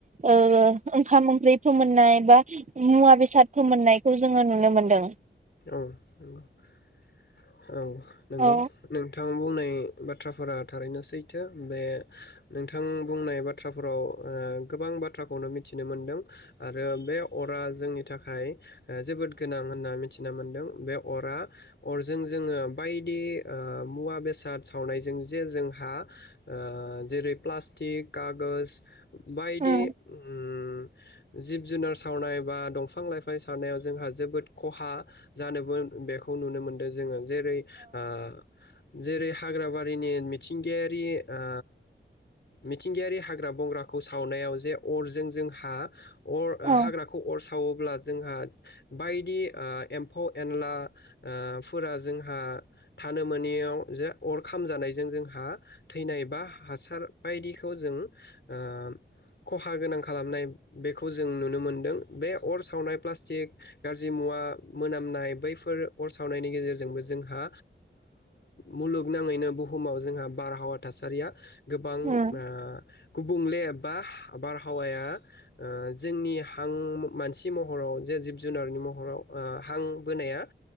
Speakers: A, on the right (about 35°); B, on the left (about 60°).
A: ओ ओंखाम ओंख्रि फोमोननाय बा मुवा बेसाद फोमोननायखौ जोंङो नुनो मोनदों।
B: औ औ औ। नंगौ
A: औ
B: नोंथाङा बुंनाय बाथ्राफोरा थारैनो सैथो बे नोंथां बुंनाय बाथ्राफोराव गोबां बाथ्राखौनो मिथिनो मोनदों आरो बे अरा जोंनि थाखाय जोबोद गोनां होनना मिथि मिथिना मोन्दों बे अरा अरजों जोंङो बायदि मुवा बेसाद सावनायजों जे जोंहा ओ जेरै प्लास्टिक कागज बायदि
A: उम
B: उज्ञ जिब जुनार सावनाय बा दंफां लाइफां सावनायाव जोंहा जोबोद खहा जानोबो बेखौ नुनो मोनदों जोंङो जेरै आ जेरै हाग्राबारिनि मिथिंगायारि आ मिथिंगायारि हाग हेंग्रा बंग्राखौ सावनायाव जे अरजों जों हा अ
A: औ
B: हाग्राखौ अर थावोब्ला जोंहा बायदि आ एम्फौ एनला ओ फोरा जोंहा थानो मोनियावयाव जे अर खामजानायजों जोंहा थैनाय बा हासार। बायदिखौ जों ओ खहा गोनां खालामनाय बेखौ जों नुनो मोनदों बे अर सावनाय प्लास्टिक गाज्रि मुवा मोनामनाय बैफोर अर सावनायनि गेजेरजोंबो जोंहा मुलुगनाङैनो बुहुमाव जोंहा बारहावा थासारिया गोबां ओ
A: उम
B: गुबुंले एबा बारहावाया ओ जोंनि हां मानसि महराव जे जिब जुनारनि महराव हां बोनाया